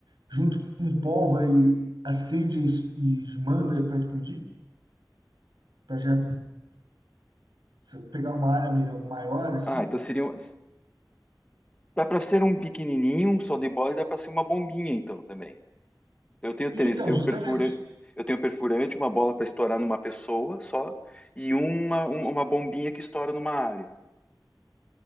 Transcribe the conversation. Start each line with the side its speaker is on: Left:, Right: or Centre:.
Right: junto com um pólvora e acende e, es- e manda para explodir, para já se pegar uma área melhor, maior, assim.
Left: Ah, então seria. um- Dá para ser um pequenininho, um só de bola, e dá para ser uma bombinha, então, também. Eu tenho três,
Right: E então,
Left: eu tenho
Right: justamente.
Left: perfura, eu tenho perfurante, uma bola para estourar numa pessoa só, e uma, um- uma bombinha que estoura numa área,